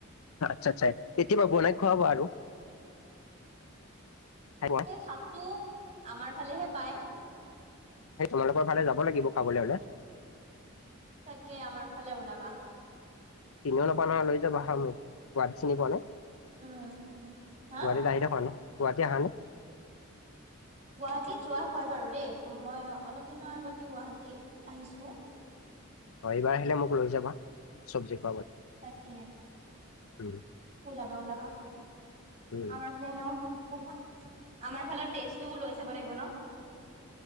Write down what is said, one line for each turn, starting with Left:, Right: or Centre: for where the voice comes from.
Left: আচ্ছা, আচ্ছা কেতিয়াবা বনাই খোৱাবা আৰু। খাই পোৱা।
Right: সেই শাকটো আমাৰ ফালেহে পায়।
Left: হে তোমালোকৰ ফালে যাব লাগিব খাবলৈ হলে।
Right: তাকে আমাৰ ফালে ওলাবা।
Left: চিনিও নাপাও নহয় লৈ যাবা ম সোৱাদ চিনি পোৱা নাই।
Right: উম হা
Left: গুৱাহাটী আহি থাক এনো গুৱাহাটী আহা নে?
Right: গুৱাহাটী যোৱা হয় বাৰু দেই মই অলপ দিনৰ আগতে গুৱাহাটী আহিছো।
Left: অ এইবাৰ আহিলে মোক লৈ যাবা চবজেক্ট।
Right: তাকে।
Left: উম
Right: ওলাবা ওলাবা।
Left: উম
Right: আমাৰ ফালে এনেও বহুত আমাৰ ফালৰ তেজটোও লৈ চাব লাগিব ন।